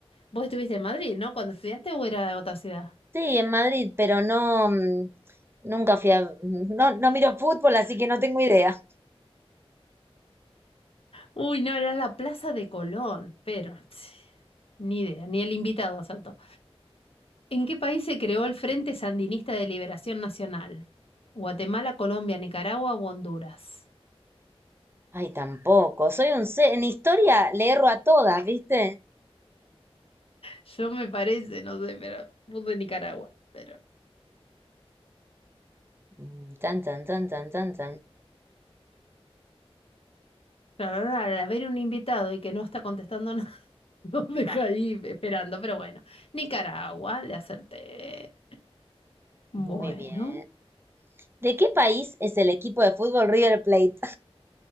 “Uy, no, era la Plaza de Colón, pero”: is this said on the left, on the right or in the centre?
Left